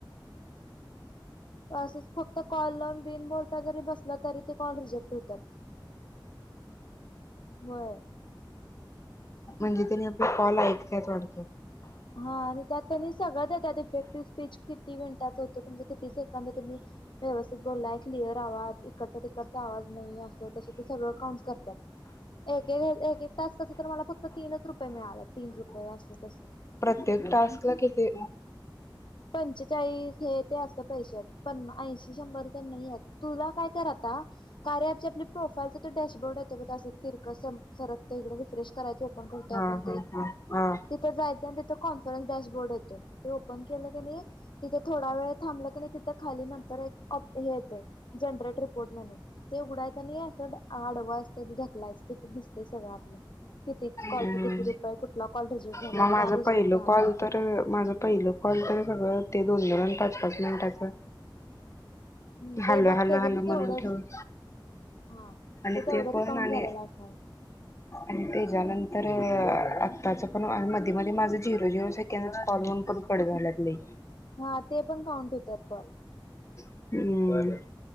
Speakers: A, on the left; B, on the left.
A: असच फक्त कॉल लावून बिन बोलता जरी बसला तरी ते कॉल रिजेक्ट होत्यात. व्हय.
B: म्हणजे त्याने आपले कॉल ऐकत्यात वाटत.
A: हा आणि त्यात त्यांनी सगळं देत इफेक्टिव्ह स्पीच किती मिनिटच होत तुम किती सेकंद तुम्ही व्यवस्थित बोललाय क्लिअर आवाज इकडचा तिकडचा आवाज नाही अस तस ते सगळं काउंट करत्यात एक एक टास्क कसतरी मला फक्त तीनच रुपये मिळाले तीन रुपये अस तस
B: प्रत्येक टास्क ला किती?
A: पंचेचाळीस हे ते अस पैसे येत्या पण ऐंशी शंभर तर नाही येत तुला काय कर आता कार्या ॲपची प्रोफाईल डॅशबोर्ड येत बग अस तिरक सरकत इकडे तिकडे रिफ्रेश करायच ओपन करतोय
B: हा
A: आपण
B: हा
A: ते
B: हा हा.
A: तिथं जायच अन तथ कॉन्फरनस डॅशबोर्ड येतो ते ओपन केलं की नाही तिथे थोडा वेळ थांबलं की नाही तिथे खाली नंतर एक हे येते जनरेट रिपोर् म्हणून ते उघडायचं आणि अस आडवायचं ढकलायचं तिथं दिसत सगळं आपलं किती कॉलच
B: हम्म
A: किती रुपय कुठला? कॉ रिजेक् झालाय
B: मग माझं
A: का रिेक्ट
B: पहिलं कॉल तर माझ पहिलं कॉल तर ते दोन धोरूण पाच पाच मिनिटाचं
A: हम्म
B: हॅलो
A: ते बघते
B: हॅलो
A: ग
B: हॅलो
A: मग
B: म्हणून
A: तेवढंच
B: ठेवून
A: हा
B: आणि
A: त तेवढंच
B: ते पण
A: काउंट
B: आणि
A: झालेल असणार.
B: आणि त्याच्यानंतर आताच पण मध्ये मध्ये माझ झिरो झिरो सेकंदच कॉल होउन परत कट झालात लई.
A: हा ते पण काउंट होतात कॉल.
B: हम्म.